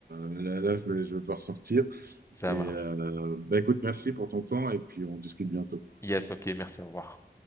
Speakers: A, on the right; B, on the left.
A: là, là, je vais, je vais devoir sortir.
B: ça
A: Et
B: marche.
A: euh, bah, écoute, merci pour ton temps et puis on discute bientôt.
B: Yes, ok, merci, au revoir.